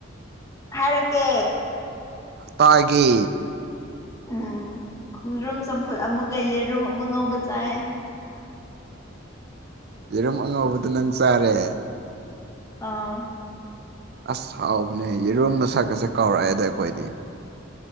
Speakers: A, on the left; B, on the right.
A: ꯍꯥꯏꯔꯛ ꯀꯦ
B: ꯇꯥꯏꯒꯦ
A: ꯎꯝ ꯈꯣꯡꯗ꯭ꯔꯨꯝ ꯆꯝꯐꯨꯠ ꯑꯃꯒ ꯌꯦꯔꯨꯝ ꯑꯃ ꯉꯧꯕ ꯆꯥꯏꯌꯦ
B: ꯌꯦꯔꯨꯝ ꯑꯉꯧꯕꯗꯣ ꯅꯪ ꯆꯥꯔꯦ
A: ꯑꯥꯎ
B: ꯑꯁ ꯍꯥꯎꯕꯅꯦ ꯌꯦꯔꯨꯝ ꯃꯁꯛꯀꯁꯦ ꯀꯥꯎꯔꯛꯑꯦꯗ ꯑꯩꯈꯣꯏꯗꯤ